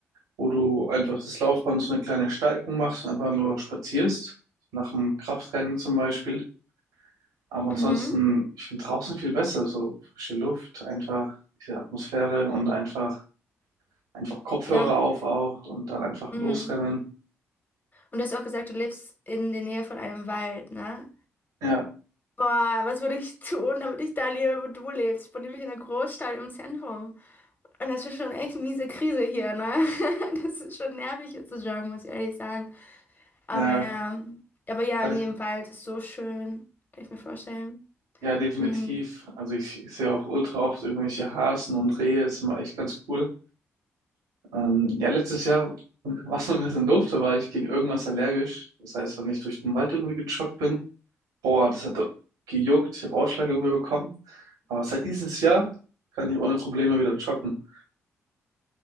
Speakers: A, on the right; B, on the left.
A: wo du einfach das Laufband so eine kleine Steigung machst und einfach nur spazierst, nach dem Kraftrennen zum Beispiel. Aber ansonsten,
B: Mhm.
A: ich finde draußen viel besser, so frische Luft, einfach diese Atmosphäre und einfach, einfach Kopfhörer
B: Ja, und,
A: auf auch und dann einfach
B: mhm.
A: losrennen.
B: Und du hast auch gesagt, du lebst in der Nähe von einem Wald, ne?
A: Ja,
B: Boah, was würde ich tun, damit ich da lebe, wo du lebst? Ich bin nämlich in einer Großstadt im Zentrum. Und das ist schon echt miese Krise hier, ne? <laughs> Das ist schon nervig hier zu joggen, muss ich ehrlich sagen. Aber
A: ja,
B: ja, aber ja,
A: kann
B: in
A: ich,
B: jedem Wald ist so schön. Kann ich mir vorstellen.
A: ja, definitiv.
B: Hm.
A: Also ich, ich sehe auch ultra oft irgendwelche Hasen und Rehe, ist immer echt ganz cool. Ähm, ja, letztes Jahr war es ein bisschen doof, da war ich gegen irgendwas allergisch. Das heißt, wenn ich durch den Wald irgendwie gejoggt bin, boah, das hat gejuckt, ich habe Ausschlag irgendwie bekommen. Aber seit dieses Jahr kann ich ohne Probleme wieder joggen.